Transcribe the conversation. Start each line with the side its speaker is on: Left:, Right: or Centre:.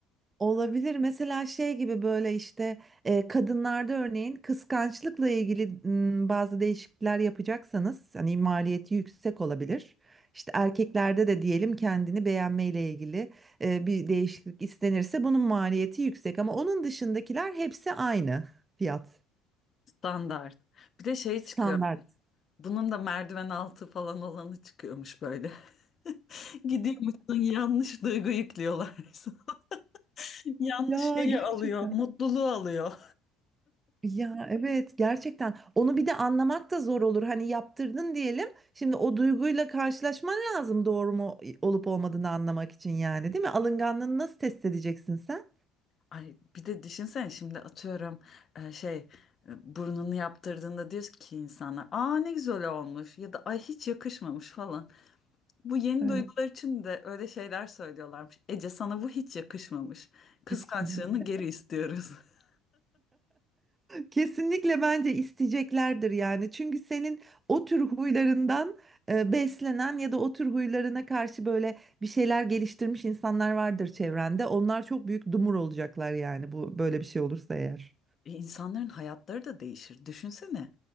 Right: Olabilir. Mesela şey gibi böyle işte e, kadınlarda örneğin kıskançlıkla ilgili m, bazı değişiklikler yapacaksanız hani maliyeti yüksek olabilir. İşte erkeklerde de diyelim kendini beğenmeyle ilgili e, bir değişiklik istenirse bunun maliyeti yüksek ama onun dışındakiler hepsi aynı fiyat
Left: Standart. Bir de şey
Right: standart.
Left: çıkıyor. Bunun da merdiven altı falan olanı çıkıyormuş böyle. <laughs> Gidiyormuşsun yanlış duygu yüklüyorlar. <laughs> Yanlış
Right: Ya
Left: şeyi
Right: gerçekten.
Left: alıyor, mutluluğu alıyor.
Right: Ya evet gerçekten onu bir de anlamak da zor olur. Hani yaptırdın diyelim. Şimdi o duyguyla karşılaşman lazım doğru mu olup olmadığını anlamak için yani değil mi? Alınganlığını nasıl test edeceksin sen?
Left: Ay bir de düşünsene şimdi atıyorum e, şey e, burnunu yaptırdığında diyor ki insana aa ne güzel olmuş ya da ay hiç yakışmamış falan. Bu yeni
Right: Evet.
Left: duygular için de öyle şeyler söylüyorlarmış. Ece sana bu hiç yakışmamış. Kıskançlığını
Right: yakışmadı.
Left: geri istiyoruz. <laughs>
Right: Kesinlikle bence isteyeceklerdir yani. Çünkü senin o tür huylarından e, beslenen ya da o tür huylarına karşı böyle bir şeyler geliştirmiş insanlar vardır çevrende. Onlar çok büyük dumur olacaklar yani bu böyle bir şey olursa eğer.
Left: E, İnsanların hayatları da değişir. Düşünsene.